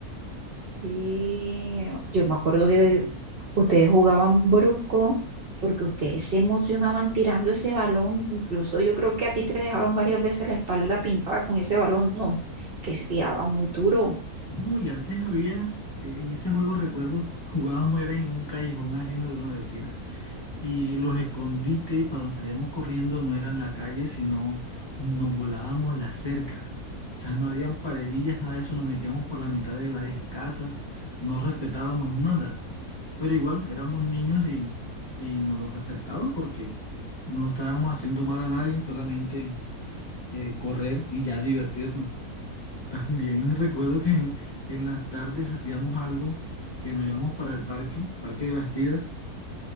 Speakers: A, on the right; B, on the left.
A: Sí, yo me acuerdo
B: <clears throat>
A: que Ustedes jugaban brusco porque ustedes se emocionaban tirando ese balón. Incluso yo creo que a ti te dejaron varias veces la espalda pintada con ese balón, no, que se tiraba muy duro.
B: No, y antes había, eh, en ese juego recuerdo, jugábamos era en un callejón ajeno de una vecina. Y los escondites para donde salíamos corriendo no eran la calle, sino nos volábamos las cercas. O sea, no habían paredillas, nada de eso, nos metíamos por la mitad de varias casas, no respetábamos nada. Pero igual, éramos niños y, y nos los aceptaban porque no estábamos haciendo mal a nadie, solamente eh, correr y ya divertirnos. También <laughs> recuerdo que en las tardes hacíamos algo que nos íbamos para el parque, Parque de Bastidas